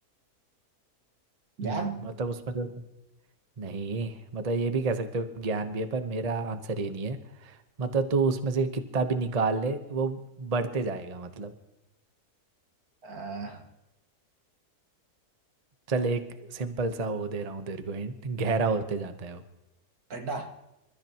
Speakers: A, on the right (about 70°); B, on the right (about 30°).
A: ज्ञान
B: हम्म मतलब उसमें जो नहीं मतलब ये भी कह सकते हो ज्ञान भी है पर मेरा आंसर ये नहीं है मतलब तू उसमें से कितना भी निकाल ले वो बढ़ते जाएगा मतलब
A: आ,
B: चल एक सिंपल सा वो दे रहा हूँ तेरे को हिंट गहरा होते जाता है
A: गड्ढा